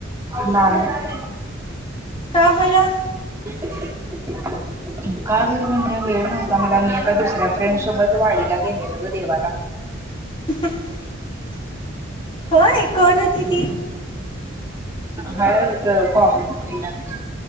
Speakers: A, on the right (about 15°); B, on the left (about 25°).
A: नाही
B: का बरं?
A: का बरं म्हणजे, वेळ नव्हता मला मी एका दुसऱ्या फ्रेंड सोबत वाडीला गेलेलो गं देवाला.
B: <inaudible> होय! कोण होती ती?
A: हाय एक कॉमन फ्रेंड आमची.